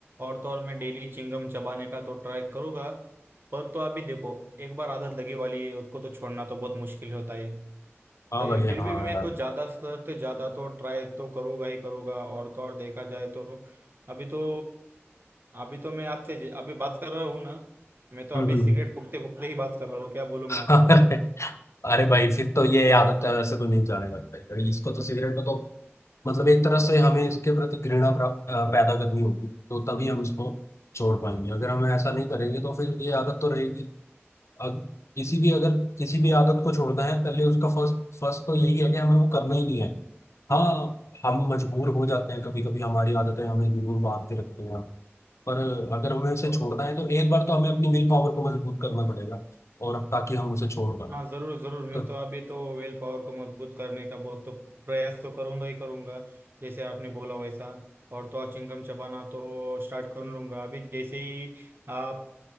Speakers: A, on the right; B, on the left.
A: और तो और मैं डेली चिंगम चबाने का तो ट्राई करूंगा पर तो अभी देखो एक बार आदत लगी वाली है उसको तो छोड़ना तो बहुत मुश्किल होता है
B: हाँ
A: तो ये
B: भाई
A: फिर
B: हाँ
A: भी मैं
B: यार
A: तो ज्यादा सर तो ज्यादा तो ट्राई तो करूंगा ही करूंगा और तो और देखा जाए तो अभी तो अभी तो मैं आपसे जे- अभी बात कर रहा हूँ ना मैं तो
B: हम्म,
A: अभी
B: हम्म,
A: सिगरेट फूकते फूकते ही बात कर रहा हूँ क्या बोलूँ मैं
B: अरे
A: आपको
B: <laughs> अरे भाई फिर तो ये आदत तो ऐसे तो नहीं जाने लगता है अरे इसको तो सिगरेट को तो मतलब एक तरह से हमें इसके प्रति घृणा प्राप्त अ, पैदा करनी होगी तो तभी हम इसको छोड़ पाएंगे अगर हम ऐसा नहीं करेंगे तो फिर ये आदत तो रहेगी अब किसी भी अगर किसी भी आदत को छोड़ना है पहले उसका फर्स्ट फर्स्ट तो यही है कि हमें वो करना ही नहीं है हाँ हम मजबूर हो जाते हैं कभी कभी हमारी आदतें हमें जरूर बांध के रखती हैं पर अगर हमें उसे छोड़ना है तो एक बार तो हमें अपनी विल पावर को मजबूत करना पड़ेगा और ताकि हम उसे छोड़ पाए
A: हाँ जरूर जरूर मैं
B: तो
A: तो अभी तो वेल पावर को मजबूत करने का बहुत तो प्रयास तो करूंगा ही करूंगा जैसे आपने बोला वैसा और तो और चिंगम चबाना तो स्टार्ट कर लूंगा अभी जैसे ही आप